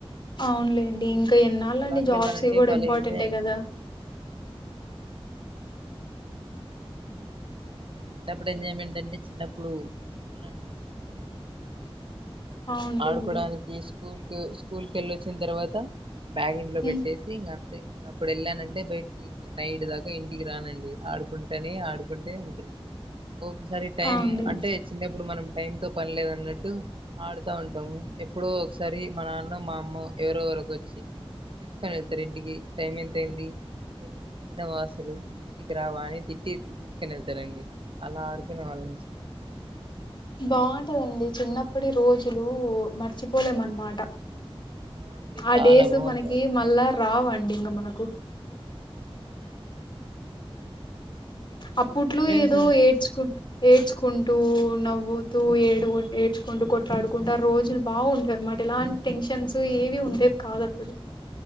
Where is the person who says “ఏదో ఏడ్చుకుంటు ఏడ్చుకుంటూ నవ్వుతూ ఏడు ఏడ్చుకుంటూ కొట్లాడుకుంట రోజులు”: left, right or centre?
Left